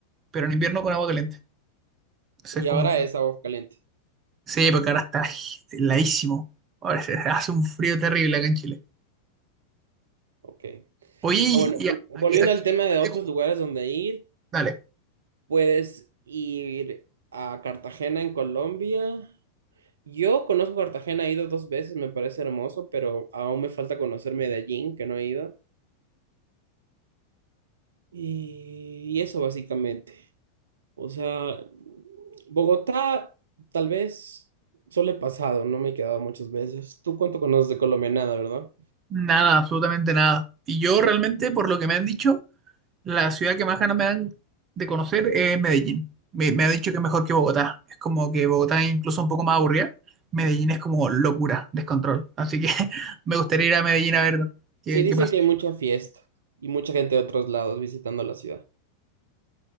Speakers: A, on the right (about 30°); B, on the right (about 65°).
A: pero en invierno con agua caliente. Entonces
B: Y
A: es como,
B: ahora es agua caliente.
A: sí, porque ahora está ay, heladísimo, ahora se hace un frío terrible acá en Chile.
B: Ok.
A: Oye, y,
B: Ah, bueno,
A: y
B: vol-
A: a-
B: volviendo
A: aquí, aquí-
B: al tema de
A: eco,
B: otros lugares donde ir,
A: dale,
B: puedes ir a Cartagena en Colombia. Yo conozco Cartagena, he ido dos veces, me parece hermoso, pero aún me falta conocer Medellín, que no he ido. Y, y eso básicamente. O sea, Bogotá tal vez solo he pasado, no me he quedado muchas veces. ¿Tú cuánto conoces de Colombia? Nada, ¿verdad?
A: nada, absolutamente nada. Y yo realmente, por lo que me han dicho, La ciudad que más ganas me dan de conocer es Medellín. Me, me ha dicho que es mejor que Bogotá. Es como que Bogotá es incluso un poco más aburrida. Medellín es como locura, descontrol. Así que <laughs> me gustaría ir a Medellín a ver qué,
B: Sí, dicen
A: qué pasa.
B: que hay mucha fiesta y mucha gente de otros lados visitando la ciudad.